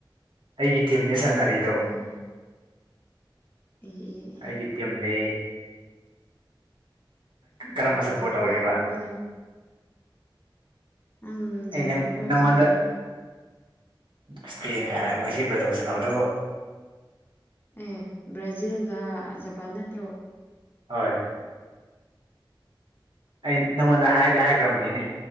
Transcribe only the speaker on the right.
ꯑꯩꯇ ꯅꯦ ꯁꯥꯟꯅꯔꯤꯗꯣ
ꯑꯩꯒꯤ ꯇꯤꯝ ꯂꯩ
ꯀꯔꯝꯕ ꯁꯞꯄꯣꯔꯠ
ꯇꯧꯔꯤꯕ
ꯑꯩ
ꯅꯪ ꯅꯪꯉꯣꯟꯗ
ꯏꯁꯄꯦꯟ ꯀꯥꯏꯅ ꯉꯁꯤ ꯭ꯔꯖꯣꯁꯟ ꯑꯗꯨ
ꯍꯣꯏ ꯑꯩ ꯅꯪꯉꯣꯟꯗ ꯍꯥꯏꯗꯤ ꯍꯥꯏꯈ꯭ꯔꯕꯅꯤꯅꯦ